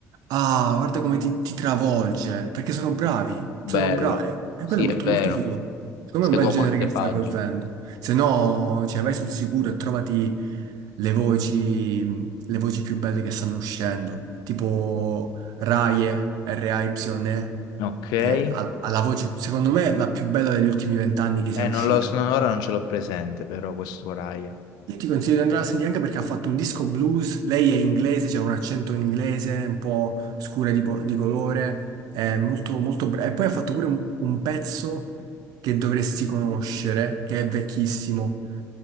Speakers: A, on the right (about 75°); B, on the left (about 90°).
A: Ah, guarda come ti, ti travolge, perché sono bravi,
B: Bello,
A: sono bravi, e
B: sì,
A: quello è
B: è
A: molto
B: vero,
A: molto figo. Secondo
B: seguo
A: me è un bel
B: molte
A: genere che stai
B: pagine.
A: approfondendo. Se no, cioè, vai sul sicuro e trovati le voci, le voci più belle che stanno uscendo, tipo Raye, R-A-Y-E,
B: Ok, eh,
A: che ha, ha la voce, secondo me, la più bella degli ultimi vent'anni che sia uscita.
B: non lo so, ora non ce l'ho presente però questo Raya.
A: Io ti consiglio di andare a sentire anche perché ha fatto un disco blues, lei è inglese, c'è un accento inglese un po' scura di, po- di colore, è molto, molto brava. E poi ha fatto pure un, un pezzo che dovresti conoscere, che è vecchissimo.